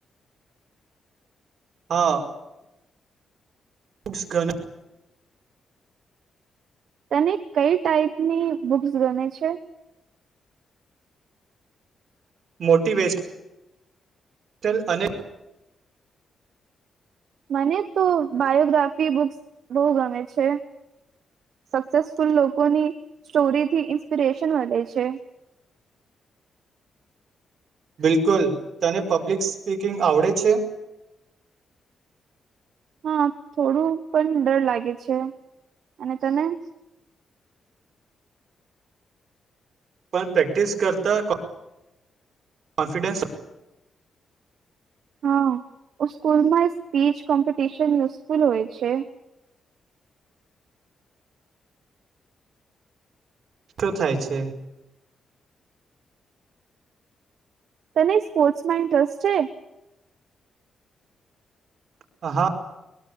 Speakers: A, on the right; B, on the right.
A: હા. બુક્સ ગ
B: તને કઈ ટાઈપની બુક્સ ગમે છે?
A: મોટી વેસ્ટ. હટલ અને
B: મને તો બાયોગ્રાફી બુક્સ બહુ ગમે છે સક્સેસફુલ લોકોની સ્ટોરીથી ઇન્સ્પિરેશન મળે છે.
A: બિલકુલ તને પબ્લિક સ્પીકિંગ આવડે છે?
B: હા થોડું પણ ડર લાગે છે અને તને?
A: પણ પ્રેક્ટિસ કરતા. કોન્ફિડેસ
B: હા સ્કૂલમાં સ્પીચ કોમ્પિટિશન યુઝફુલ હોય છે.
A: શો થાય છે.
B: તને સ્પોર્ટ્સમાં ઇન્ટરેસ્ટ છે?
A: હ હા.